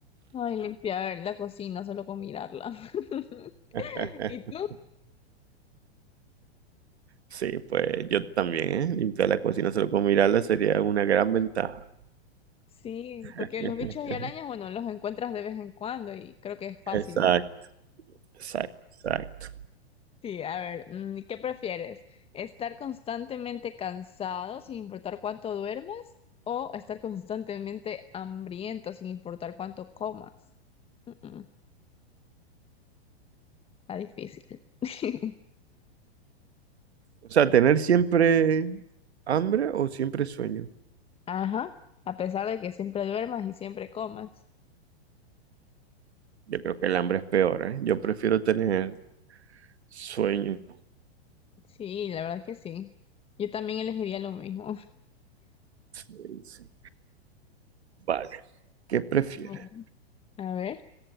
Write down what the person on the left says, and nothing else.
Ay, limpiar la cocina solo con mirarla. <laughs>
¿Y tú?
Sí,
porque los bichos y arañas, bueno, los encuentras de vez en cuando y creo que es fácil
ya.
Sí, a ver, mm, ¿qué prefieres? ¿Estar constantemente cansado sin importar cuánto duermas o estar constantemente hambriento sin importar cuánto comas? Mm, mm, está difícil. <laughs>
Ajá, a pesar de que siempre duermas y siempre comas.
Sí, la verdad que sí. Yo también elegiría lo mismo.
<laughs> A ver,